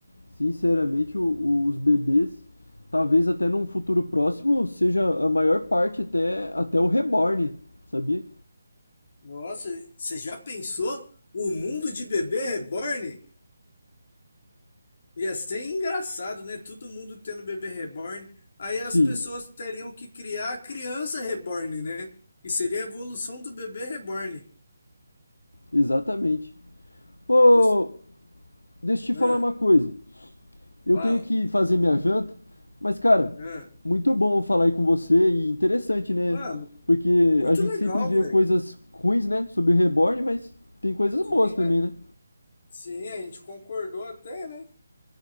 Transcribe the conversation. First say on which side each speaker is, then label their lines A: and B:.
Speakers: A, on the left; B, on the left.
A: sinceramente, o- o- os bebês, talvez até num futuro próximo, seja a maior parte até, até o reborn, sabia?
B: Nossa, você já pensou? O mundo de bebê reborn? Ia ser engraçado, né? Todo mundo tendo bebê reborn. Aí as
A: Sim,
B: pessoas teriam que criar a criança reborn, né? E seria a evolução do bebê reborn.
A: exatamente. Ô,
B: Você...
A: deixa eu te falar
B: Ah,
A: uma coisa. Eu
B: fala.
A: tenho que fazer minha janta, mas, cara,
B: Ah,
A: muito bom falar aí com você e interessante, né?
B: ah,
A: Porque
B: muito
A: a gente
B: legal,
A: sempre vê
B: velho.
A: coisas ruins, né, sobre o reborn, mas tem coisas
B: Sim,
A: boas também, né?
B: Sim, a gente concordou até, né?